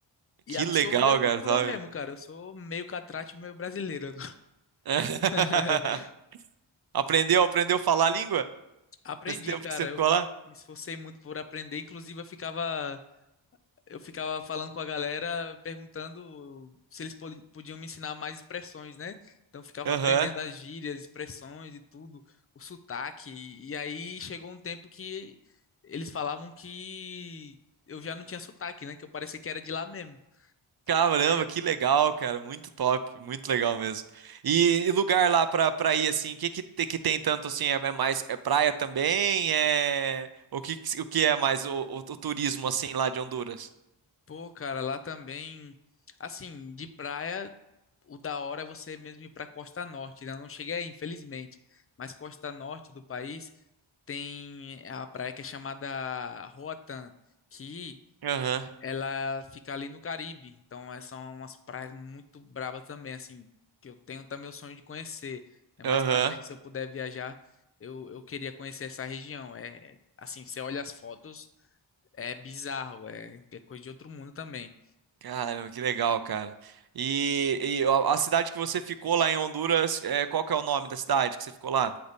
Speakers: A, on the left; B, on the right.
A: e
B: Que
A: absorvi
B: legal,
A: a
B: cara,
A: cultura
B: sabe?
A: mesmo, cara. Eu sou meio catrate, meio brasileiro.
B: <laughs>
A: <laughs>
B: Aprendeu, aprendeu a falar a língua?
A: Aprendi,
B: Nesse tempo
A: cara.
B: que você ficou
A: Eu
B: lá?
A: me esforcei muito por aprender. Inclusive, eu ficava eu ficava falando com a galera, perguntando se eles poli- podiam me ensinar mais expressões, né? Então eu ficava
B: Aham.
A: aprendendo as gírias, expressões e tudo, o sotaque. E aí chegou um tempo que eles falavam que eu já não tinha sotaque, né? Que eu parecia que era de lá mesmo.
B: Caramba,
A: Aí eu,
B: que legal, cara. Muito top, muito legal mesmo. E, e lugar lá pra, pra ir, assim, o que que, te- que tem tanto, assim, é, é mais, é praia também? É... O que, que- o que é mais o, o- o turismo, assim, lá de Honduras?
A: pô, cara, lá também, assim, de praia o da hora é você mesmo ir para Costa Norte, né? Eu não cheguei aí, infelizmente. Mas Costa Norte do país tem a praia que é chamada Roatan, que
B: Aham,
A: ela fica ali no Caribe. Então, é- são umas praias muito brabas também, assim, que eu tenho também o sonho de conhecer. né?
B: aham.
A: Mais para frente, se eu puder viajar, eu, eu queria conhecer essa região. É, assim, você olha as fotos, é bizarro, é, é coisa de outro mundo também.
B: Caramba, que legal, cara. E, e a, a cidade que você ficou lá em Honduras, é, qual que é o nome da cidade que você ficou lá?